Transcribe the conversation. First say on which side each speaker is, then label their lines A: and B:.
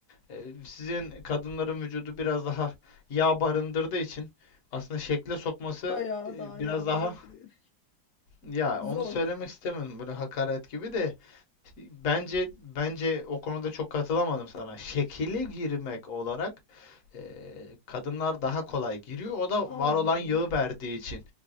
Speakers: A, on the left; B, on the left.
A: E, Sizin kadınların vücudu biraz daha yağ barındırdığı için aslında şekle sokması
B: Bayağı
A: e,
B: daha
A: biraz
B: yağmalı
A: daha
B: duruyor.
A: ya
B: Zor.
A: onu söylemek istemedim böyle hakaret gibi de Bence bence o konuda çok katılamadım sana. Şekile girmek olarak eee, kadınlar daha kolay giriyor. O da
B: Allah
A: var olan
B: Allah.
A: yağı verdiği için.